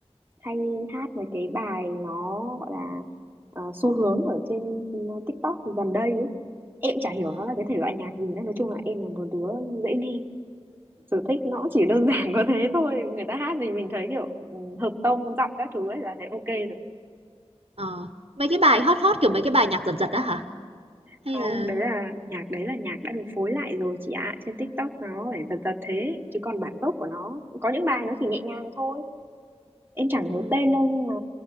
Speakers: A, on the right (about 20°); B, on the right (about 65°).
A: hay hát mấy cái bài nó gọi là ờ, xu hướng ở trên TikTok gần đây ấy em chả hiểu
B: Ờ,
A: nó là cái thể loại nhạc gì nữa nói chung là em là một đứa dễ nghe sở thích nó cũng chỉ đơn <laughs> giản có thế thôi người ta hát gì mình thấy kiểu ừ, hợp tông giọng các thứ ấy là thấy ok rồi
B: ờ, mấy cái bài hot hot, kiểu, mấy cái bài nhạc giật giật á hả? Hay
A: không
B: là
A: đấy là nhạc đấy là nhạc đã được phối lại rồi chị ạ trên TikTok nó phải giật giật thế chứ còn bản gốc của nó có những bài nó chỉ nhẹ nhàng thôi em chẳng
B: ừm,
A: nhớ tên đâu nhưng mà